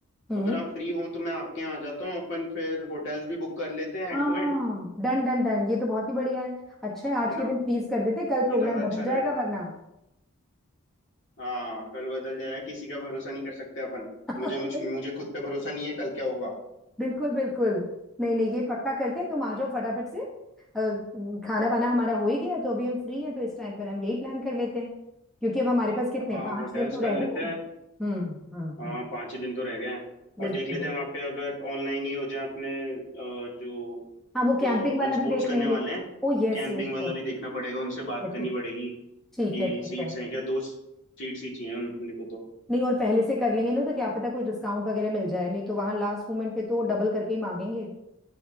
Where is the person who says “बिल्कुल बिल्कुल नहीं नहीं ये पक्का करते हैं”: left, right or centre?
Centre